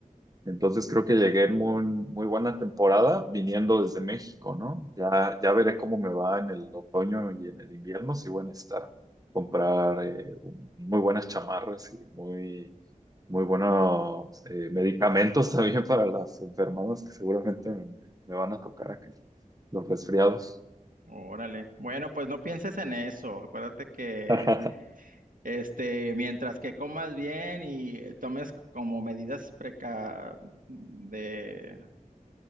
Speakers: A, on the right; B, on the right.
A: Entonces creo que llegué muy, muy buena temporada viniendo desde México, ¿no? Ya, ya veré cómo me va en el otoño y en el invierno, si voy a estar comprar eh, muy buenas chamarras y muy, muy buenos eh, medicamentos <laughs> también para las enfermedades que seguramente me, me van a tocar aquí, los resfriados,
B: Órale. Bueno, pues no pienses en eso. Acuérdate que
A: <laughs> de
B: Este, mientras que comas bien y eh, tomes como medidas preca de,